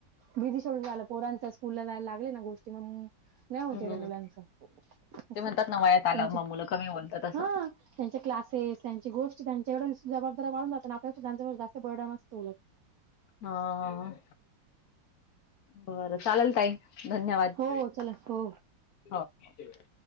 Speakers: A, on the right; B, on the left.
A: भीदी सोडू झाला पोरांच्या स्कू ला जायला लागले ना गोष्टी मगग, नाही हो
B: हं,
A: तेवढ्या
B: हं.
A: मुलांच अस
B: ते म्हणतात
A: त्यांची
B: ना, वयात आल्यावर मग मुलं कमी बोलतात असं.
A: हा त्यांचे क्लासेस त्यांची गोष्ट त्यांच्या जबाबदारी वाढून जातं आपल्याक्ष त्यांच्यावर जास्त बळडन असतं.
B: हा आं बरं चालेल ताई धन्यवाद.
A: हो चला हो.
B: हो.